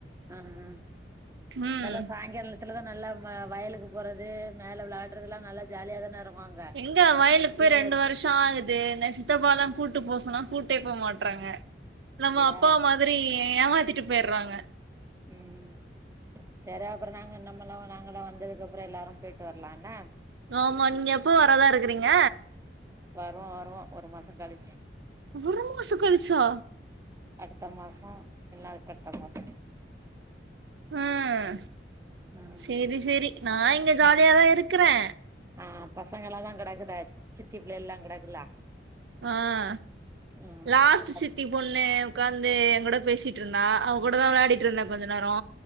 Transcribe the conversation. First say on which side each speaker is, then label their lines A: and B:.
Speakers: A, on the right; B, on the right.
A: ஆ அ
B: ம்
A: நல்ல சாய்ங்கால த்துல தா நல்லா ம வயலுக்கு போறது மேலே விளாடுறதுலா நல்லா ஜாலியாக தான இருக்கு
B: எங்க வயலுக்கு போய்
A: பிள்ளைகளோடு
B: ரெண்டு வருஷ ஆகுது இந்த சித்தப்பாலா கூட்டு போ சொன்னா கூட்டே போ மாட்டறாங்க நம்ம
A: அப்டியா
B: அப்பா மா திரி ஏமாத்திட்டு போயிறாங்க
A: ம் சரி அப்புற நாங்க நம்மல்லா நாங்களா வந்ததுக்கு அப்புற எல்லாரு போயிட்டு வரலா என்னா
B: ஆமா நீங்க எப்போ வரதா இருக்குறீங்க
A: வருவோ வருவோ ஒரு மாசோ கழிச்சு
B: ஒரு மாசோ கழிச்சா
A: அடுத்த மாச இல்ல அதுக்கு அடுத்த மாச
B: ம்
A: ம்
B: செரி செரி நா இங்க ஜாலியாதா
A: ம்
B: இருக்குறே
A: ஆ பசங்க எல்லா தா கெடக்குத சித்தி பிள்ளை எல்லா கெடக்குலா
B: ஆ
A: ம்
B: லாஸ்ட்
A: எல்லா
B: சித்தி பொண்ணு உக்காந்து என் கூட பேசிட்டு இருந்தா அவ கூட தா விளையாடிட்டு இருந்த கொஞ்ச நேரோ